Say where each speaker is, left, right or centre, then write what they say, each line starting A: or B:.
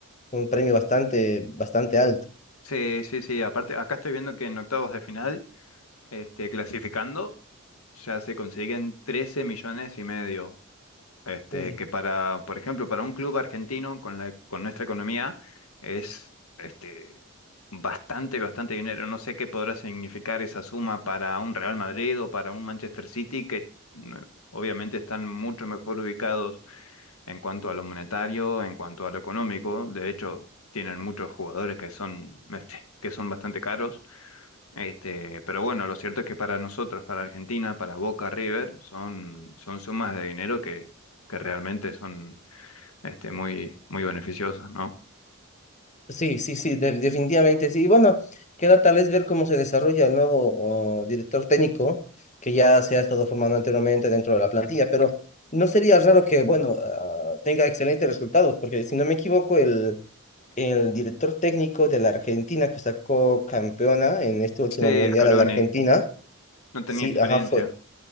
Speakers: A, on the left (about 35°); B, on the left (about 85°).
A: un premio bastante, bastante alto.
B: Sí, sí, sí, aparte, acá estoy viendo que en octavos de final, este, clasificando, ya se consiguen 13 millones y medio Este,
A: Uy.
B: que para, por ejemplo, para un club argentino con la, con nuestra economía es este, bastante, bastante dinero. No sé qué podrá significar esa suma para un Real Madrid o para un Manchester City, que mm, obviamente están mucho mejor ubicados en cuanto a lo monetario, en cuanto a lo económico. De hecho, tienen muchos jugadores que son, este, que son bastante caros. Este, pero bueno, lo cierto es que para nosotros, para Argentina, para Boca River, son, son sumas de dinero que, que realmente son este, muy, muy beneficiosas, ¿no?
A: Sí, sí, sí, de- definitivamente sí. Y bueno, queda tal vez ver cómo se desarrolla el nuevo uh, director técnico que ya se ha estado formando anteriormente dentro de la plantilla, pero no sería raro que, bueno, ah, tenga excelentes resultados, porque si no me equivoco, el, el director técnico de la Argentina que sacó campeona en este último
B: Sí,
A: mundial
B: Scaloni,
A: a la Argentina,
B: no tenía
A: sí,
B: experiencia.
A: ajá, fue,